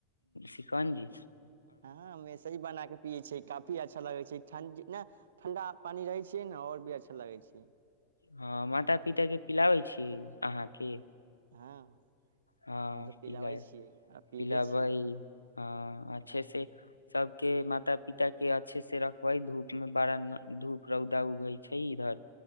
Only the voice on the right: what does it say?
हँ हम ऐसे ही बना के पियै छियै काफी अच्छा लगै छै ठण्ड जितना ठण्डा पानि रहै छियै नऽ आओर भी अच्छा लगै छै
हँ
हम तऽ पिलाबै
छियै आ पीबै
छियै